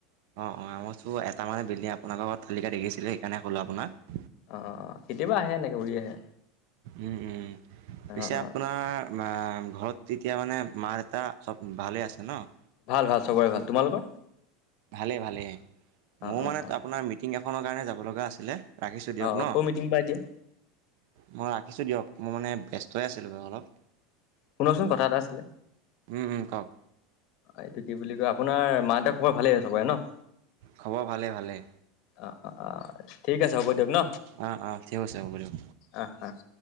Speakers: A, on the right; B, on the left.
A: অ অ মইটো এটা মানে বিল্ডিং আপোনাৰৰ তালিকা দেখিছিলো সেইকাৰণে ক'লো আপোনাক
B: অ অ কেতিয়াবা আহে এনেকে উৰি আহে।
A: উম উম
B: অ
A: পিছে
B: অ
A: আপোনাৰ ঘৰত এতিয়া মানে মা‌ দেউতা চব ভালে আছে নহ
B: ভাল ভাল চবৰে ভাল তোমালোকৰ
A: ভালেই ভালেই মইও
B: অ অ
A: মানে
B: অ
A: আপোনাৰ মিটিং এখনৰ কাৰণে যাব লগা আছিলে ৰাখিছোঁ দিয়ক
B: অ
A: নহ,
B: কৰ মিটিং বা এতিয়া
A: মই ৰাখিছোঁ দিয়ক। মোৰ মানে ব্যস্তই আছিলোঁ বাৰু অলপ
B: শুনকচোন কথা এটা আছিলে
A: উম, উম, কওক।
B: এইটো কি বুলি কয় আপোনাৰ মা দেতাৰ খবৰ ভালেই চবৰে ন-
A: খবৰ ভালে ভালে
B: অ অ অ ঠিক আছে হ'ব দিয়ক ন
A: অ', অ', ঠিক আছে হ'ব দিয়ক।
B: অ অ <inaudible>